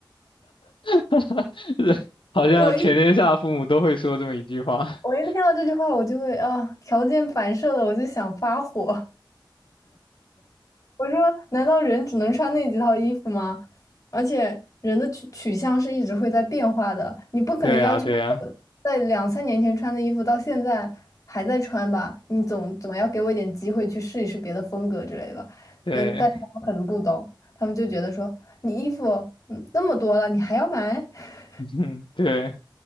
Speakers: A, on the left; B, on the left.
A: <laughs> 好像全天下父母都会说这么一句话。
B: 我一我一听到这句话，
A: <laughs>
B: 我就会啊，条件反射的，我就想发火。我说，难道人只能穿那几套衣服吗？而且人的取取向是一直会在变化的，你不可能要求我在两三年前穿的衣服到现在还在穿吧？
A: 对啊，对啊，
B: 你总总要给我一点机会去试一试别的风格之类的。
A: 对，
B: 嗯，但他们可能不懂，他们就觉得说你衣服嗯那么多了，你还要买？<laughs>
A: <laughs> 对。